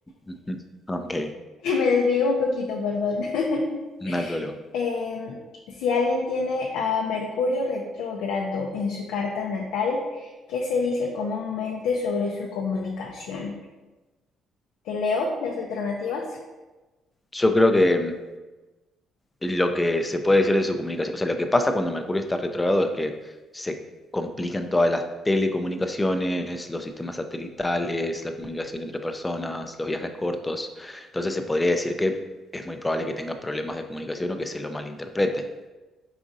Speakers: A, on the left; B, on the left.
A: Ujú. Ok,
B: <laughs> me desvié un poquito, perdón. <laughs>
A: no hay problema.
B: Em, si alguien tiene a Mercurio retrógrado en su carta natal, ¿qué se dice comúnmente sobre su comunicación? ¿Te leo las alternativas?
A: Yo creo que mm, lo que se puede decir de su comunicación, o sea, lo que pasa cuando Mercurio está retrógrado es que se complican todas las telecomunicaciones, los sistemas satelitales, la comunicación entre personas, los viajes cortos. Entonces se podría decir que es muy probable que tenga problemas de comunicación o que se lo malinterprete.